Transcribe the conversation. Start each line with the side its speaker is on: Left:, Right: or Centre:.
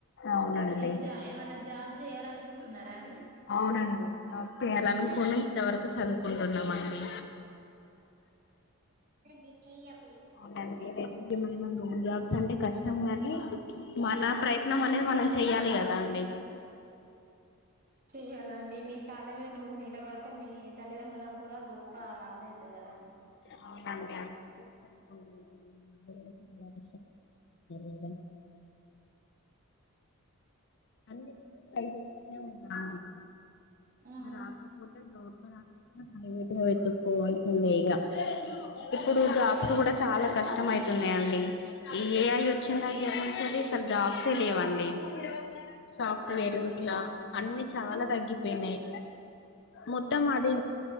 Left: అవునండి
Right: ఎం జా ఏమన్నా జాబ్ చేయాలనుకుంటున్నారా అండి
Left: అవునండి చేయాలనుకుని
Right: ఉమ్
Left: ఇంతవరకు చదువుకుంటున్నామండి
Right: నిశ్చయం
Left: ఔనండి రేప్ ఇఎందులోమైన జాబ్స్ అంటే కష్టం గానీ మన ప్రయత్నం అనేది మనం చెయ్యాలి కదా అండి
Right: చెయ్యాలండి నీ కాళ్ళ మీద నువ్వు నిలబడితే మీ తల్లిదండ్రు కూడా గొప్ప అద అయితది కదండి
Left: అవునండి చస్తున్నారు కద అన్నికి ట్రై చేస్తనే ఉన్నా
Right: ఆ
Left: రాకపోతే గౌవ్ర్నర్ ప్రైవేట్ గా వెతుక్కోవాల్సిందే ఇక ఇప్పుడు జాబ్స్ కూడా చాలా కష్టం అవుతున్నాయండి ఈ ఏఐ వచ్చిన దగ్గర నుంచెల్లి అసలు జాబ్సే లేవండి సాఫ్టేరు
Right: అవునా అండి
Left: ఇట్ల అన్నీ చాల తగ్గిపోయినయి మొత్తం అది